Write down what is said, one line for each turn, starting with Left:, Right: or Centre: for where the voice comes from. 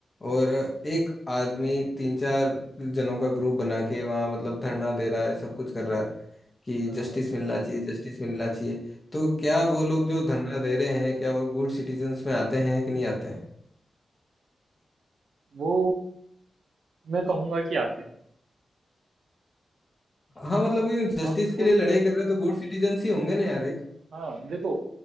Left: और एक आदमी तीन चार जनों का ग्रुप बना के वहाँ मतलब धरना दे रहा है सब कुछ कर रहा है कि
Right: हाँ
Left: जस्टिस मिलना चाहिए जस्टिस मिलना चाहिए तो क्या
Right: हाँ
Left: वो लोग जो धरना दे रहे हैं क्या वो गुड सिटीजन्स में आते हैं कि नहीं आते हैं
Right: वो मैं कहूंगा कि आते हैं ठीक
Left: हाँ
Right: है
Left: मतलब ये जस्टिस
Right: अब
Left: के
Right: गुड
Left: लिए लड़ाई कर रहे हैं तो गुड सिटीजन्स ही होंगे ना यार एक
Right: हाँ देखो